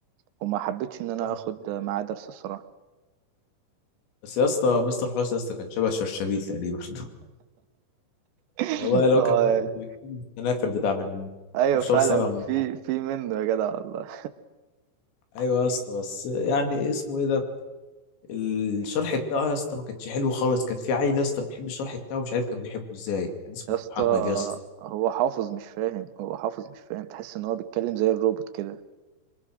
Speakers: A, on the right (about 85°); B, on the left (about 85°).
A: وما حبيتش
B: <laughs>
A: ان انا اخد آه، معاه درس الصراحه
B: بس يا اسطى مستر حسني يا اسطى كان شبه شرشبيل تقريبا <laughs>
A: <laughs>
B: والله لو
A: اه
B: كان الكنافر بتاع من
A: ايوه
B: 15
A: فعلا
B: سنه ولا
A: في
B: حاجه
A: في منه يا جدع والله
B: ايوه يا اسطى بس يعني إيه اسمه ايه ده الشرح بتاعه يا اسطى ما كانش حلو خالص كان في عيل يا اسطى بيحب الشرح بتاعه مش عارف كان بيحبه ازاي كان اسمه
A: يا اسطى
B: محمد يا اسطى
A: هو حافظ مش فاهم هو حافظ مش فاهم تحس ان هو بيتكلم زي الروبوت كده